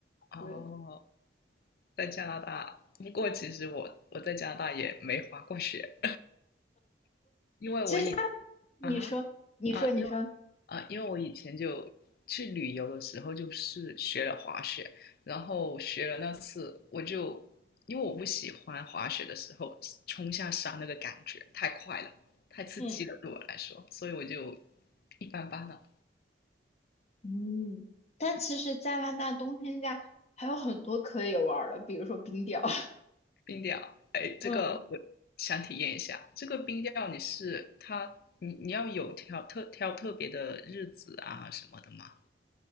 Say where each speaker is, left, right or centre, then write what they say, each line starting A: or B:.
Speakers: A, on the left; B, on the left.
A: 哦，
B: 对，
A: 在加拿大，不过其实我我在加拿大也没滑过雪，<laughs> 因为我以
B: 其实他，你说，
A: 啊哈
B: 你说，
A: 啊，
B: 你说。
A: 因为啊，因为我以前就去旅游的时候就是学了滑雪，然后学了那次我就因为我不喜欢滑雪的时候冲下山那个感觉太快了，太刺激了对我来说，
B: 嗯。
A: 所以我就一般般了。
B: 嗯，但其实加拿大冬天家还有很多可以玩儿的，比如说冰钓，<laughs>
A: 冰钓，哎，
B: 嗯
A: 这个我想体验一下。这个冰钓你是它，你你要有挑特挑特别的日子啊什么的吗？